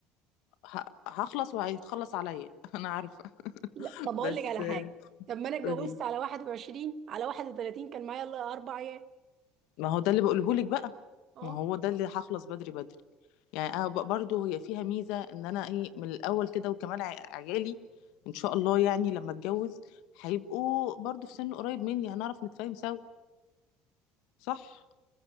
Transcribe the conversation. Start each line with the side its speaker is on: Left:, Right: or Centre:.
Left: ه- هخلص وهيتخلص عليا <laughs> انا عارفة
Right: لا طب اقول
Left: بس
Right: لك على حاجه طب ما انا اتجوزت
Left: قولي
Right: على 21 على 31 كان معايا الا اربع ايام
Left: ما هو ده اللي بقوله لك بقى
Right: اه
Left: ما هو ده اللي هخلص بدري بدري يعني انا ب- برضو هي فيها ميزه ان انا ايه من الاول كده وكمان ع- عيالي ان شاء الله يعني لما اتجوز هيبقوا برضو في سن قريب مني هنعرف نتفاهم سوا صح